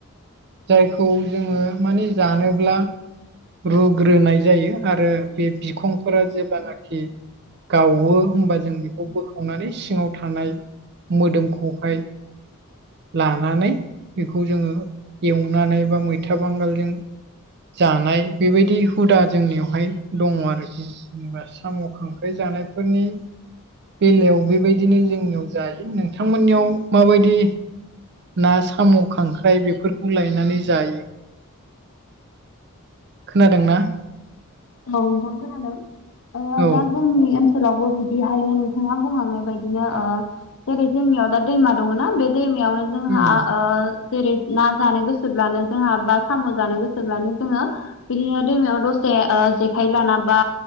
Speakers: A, on the right; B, on the left.
A: जायखौ जोङो माने जानोब्ला रुग्रोनाय जायो आरो बे बिखंफोरा जेब्लानाखि गावो होमबा जों बेखौ बोखावनानै सिङाव थानाय मोदोमखौहाय लानानै बेखौ जोङो एवनानै बा मैथा बांगालजों जानाय बेबायदि हुदा जोंनियावहाय दङ आरोखि। जेनेबा साम' खांख्राइ जानायफोरनि बेलायाव बेबायदिनो जोंनियाव जायो। नोंथांमोननियाव माबायदि ना साम' खांख्राइ बेफोरखौ लायनानै जायो? खोनादोंना
B: औ नोंथां खोनादों। आङो
A: औ
B: दा जोंनि ओनसोलावबो बिदिहायनो नोंथाङा बुंहांनाय बायदिनो ओ जेरै जोंनियाव दा दैमा दङना बे दैमायावनो जोंहा
A: उम
B: ओ जेरै ना जानो गोसोब्लानो जोंहा बा साम' जानो गोसोब्लानो जोङो बिदिनो दैमायाव दसे ओ जेखाइ लाना बा